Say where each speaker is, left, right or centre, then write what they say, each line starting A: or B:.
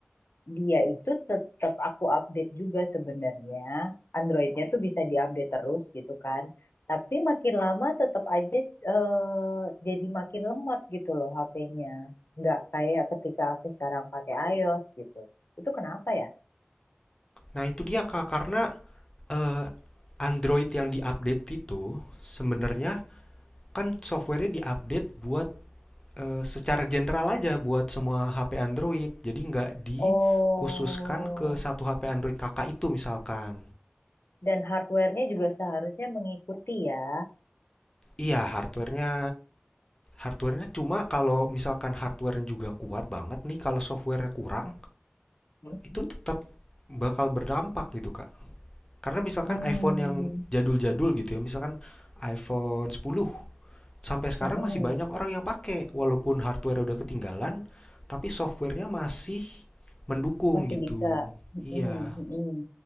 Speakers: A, on the left (about 70°); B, on the left (about 20°).
A: dia itu tetap aku update juga sebenarnya. Androidnya tuh bisa diupdate terus gitu kan. Tapi makin lama tetap aja eh, jadi makin lemot gitu loh HP-nya. Nggak kayak ketika aku sekarang pakai iOS gitu. Itu kenapa ya?
B: Nah, itu dia Kak karena eh, Android yang diupdate itu sebenarnya kan softwarenya diupdate buat eh, secara general aja buat semua HP Android. Jadi nggak dikhususkan
A: Oh,
B: ke satu HP Android kakak itu misalkan.
A: dan hardware-nya juga seharusnya mengikuti ya.
B: Iya, hardwarenya Hardware-nya cuma kalau misalkan hardware-nya juga kuat banget nih, kalau software-nya kurang,
A: Mhm.
B: itu tetap bakal berdampak gitu, Kak. Karena misalkan
A: Hmm,
B: iPhone yang jadul-jadul gitu ya, misalkan iPhone 10 sampai sekarang
A: mm-mm,
B: masih banyak orang yang pakai walaupun hardware udah ketinggalan, tapi software-nya masih mendukung
A: masih
B: gitu.
A: bisa. Mm-mm,
B: Iya.
A: mm-mm.